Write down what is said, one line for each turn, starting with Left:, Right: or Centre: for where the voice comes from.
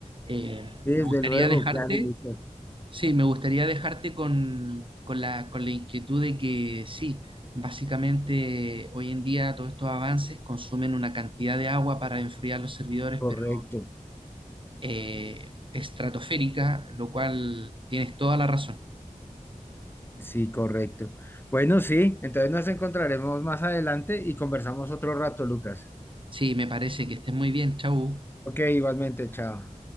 Right: Eh,
Left: Sí, desde
Right: me gustaría
Left: luego,
Right: dejarte,
Left: claro, Lucas,
Right: sí, me gustaría dejarte con, con la, con la inquietud de que sí, básicamente hoy en día todos estos avances consumen una cantidad de agua para enfriar los servidores,
Left: correcto.
Right: pero eh, estratosférica, lo cual tienes toda la razón.
Left: Sí, correcto. Bueno, sí, entonces nos encontraremos más adelante y conversamos otro rato, Lucas.
Right: Sí, me parece que estés muy bien, chau.
Left: Ok, igualmente, chao.